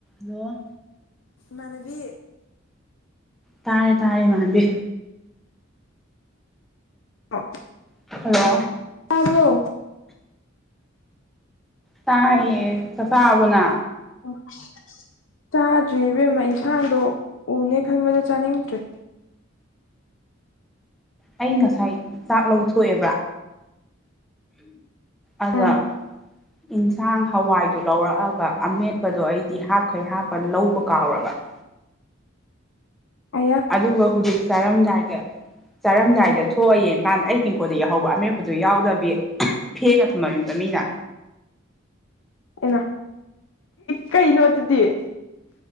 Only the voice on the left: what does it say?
ꯃꯥꯅꯕꯤ
ꯑ
꯭ꯔꯣ
<unintelligible> ꯆꯥꯗ꯭ꯔꯤ ꯏꯕꯦꯝꯃ ꯏꯟꯁꯥꯡꯗꯣ ꯎꯅꯦ ꯈꯟꯕꯗ ꯆꯥꯅꯤꯡꯗ꯭ꯔꯦ
ꯎꯝ
ꯑꯌꯥ
ꯑꯦꯅ ꯀꯩ ꯅꯣꯠꯇꯗꯤꯦ